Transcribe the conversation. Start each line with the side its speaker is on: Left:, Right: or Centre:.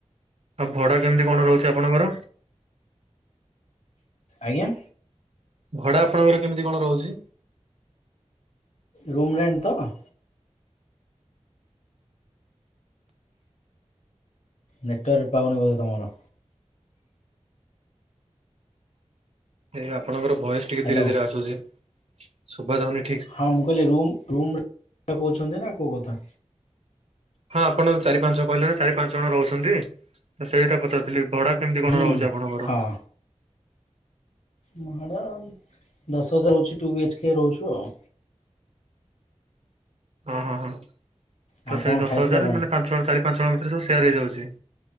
Right: ଆଉ ଭଡା କେମିତି କଣ ରହୁଛି ଆପଣଙ୍କର।
Left: ଆଜ୍ଞା।
Right: ଭଡା ଆପଣଙ୍କର କେମିତି କଣ ରହୁଛି?
Left: ରୁମ ରେଣ୍ଟ ତ? ନେଟୱାର୍କ ପାଉନି ବୋଧେ ତମର।
Right: ଏଇ ଆପଣଙ୍କର ଭଏସ ଟିକେ
Left: ହ୍ୟାଲୋ
Right: ଧୀରେ ଧୀରେ ଆସୁଛି ଶୁଭାଯାଉନି।
Left: ହଁ ମୁଁ କହିଲି ରୁମ୍ ରୁମ୍ ରେଣ୍ଟ କହୁଛନ୍ତି ନା କୋଉ କଥା?
Right: ହଁ ଆପଣ ଚାରି ପାଞ୍ଚ ଜଣ କହିଲେ ନା ଚାରି ପାଞ୍ଚ ଜଣ ରହୁଛନ୍ତି ସେଇଟା ପଚାରୁଥିଲି। ଭଡା କେମିତି କଣ
Left: ହୁଁ
Right: ରହୁଛି ଆପଣଙ୍କର।
Left: ହଁ ଭଡ଼ା ଦଶ ହଜାର ହଉଛି ଟୁ ବି ଏଚ୍କ ରହୁଛୁ ଆଉ।
Right: ଓଁ ହଁ ହଁ
Left: ଆଉ
Right: ତ ସେଇ
Left: କଣ
Right: ଦଶ
Left: ଖାଇଥିଲ
Right: ହଜାର
Left: କଣ?
Right: ମାନେ ପାଞ୍ଚ ଜଣ ଚାରି ପାଞ୍ଚ ଜଣ ଭିତରେ ସବୁ ସେୟାର ହେଇଯାଉଛି।